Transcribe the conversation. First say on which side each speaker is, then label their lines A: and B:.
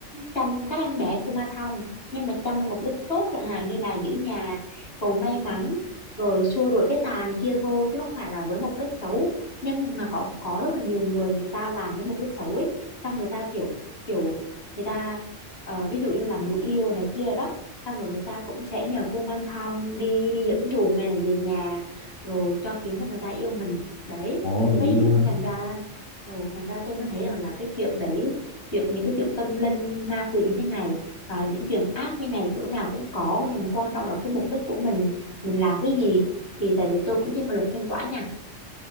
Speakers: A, on the left; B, on the left.
A: chăm các em bé Kuma Thong nhưng mà chăm với mục đích tốt chẳng hạn như là giữ nhà cầu may mắn rồi xua đuổi cái tà này kia thôi chứ không phải là với mục đích xấu nhưng mà có có rất là nhiều người người ta làm với mục đích xấu ấy xong người ta kiểu kiểu người ta ờ, ví dụ như làm bùa yêu này kia đó xong rồi người ta cũng sẽ nhờ cô Minh Thông đi dẫn dụ người này về nhà rồi cho khiến cho người ta yêu mình đấy
B: ôi
A: cái
B: vậy luôn hả
A: thành ra ừ, thành ra tôi mới thấy rằng là cái chuyện đấy chuyện những cái chuyện tâm linh ma quỷ như thế này ờ, những chuyện ác như này chỗ nào cũng có nhưng mà quan trọng là cái mục đích của mình mình làm cái gì thì tại vì tôi cũng thiên về luật nhân quả nha